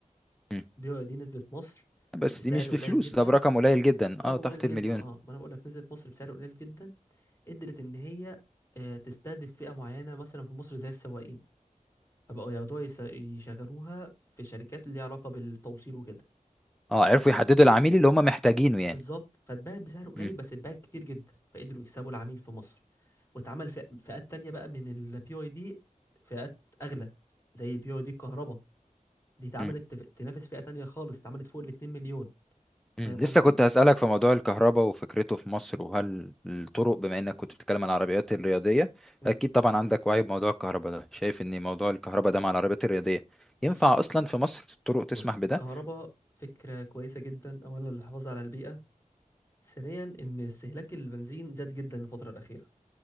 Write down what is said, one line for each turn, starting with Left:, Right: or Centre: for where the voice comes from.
Centre: مم.
Left: البي واي دي نزلت مصر
Centre: بس
Left: بسعر
Centre: دي مش بفلوس
Left: قليل جدا
Centre: ده برقم قليل جدا
Left: رقم
Centre: اه تحت
Left: قليل جدا
Centre: المليون
Left: اه ما انا بقول لك نزلت مصر بسعر قليل جدا قدرت ان هي آه، تستهدف فئه معينه مثلا في مصر زي السواقين فبقوا ياخدوها يس- يشغلوها في شركات اللي ليها علاقه بالتوصيل وكده
Centre: اه عرفوا يحددوا العميل اللي هم محتاجينه
Left: بالظبط
Centre: يعني
Left: فاتباعت بسعر قليل
Centre: مم.
Left: بس اتباعت كتير جدا فقدروا يكسبوا العميل في مصر واتعمل فئ- فئات تانية بقى من البي اي دي فئات اغلى زي البي اي دي الكهرباء دي اتعملت
Centre: مم.
Left: تف- تنافس فئة تانية خالص اتعملت فوق ال 2 مليون
Centre: مم.
Left: فاهم
Centre: لسه
Left: قصدي؟
Centre: كنت هسألك في موضوع الكهرباء وفكرته في مصر وهل الطرق بما انك كنت بتتكلم عن العربيات الرياضية
Left: مم.
Centre: اكيد طبعا عندك وعي بموضوع الكهرباء ده شايف ان موضوع الكهرباء ده مع العربيات الرياضية
Left: بص
Centre: ينفع اصلا في مصر الطرق تسمح
Left: بص
Centre: بده
Left: الكهرباء فكرة كويسة جدا اولا للحفاظ على البيئة ثانيا ان استهلاك البنزين زاد جدا الفترة الأخيرة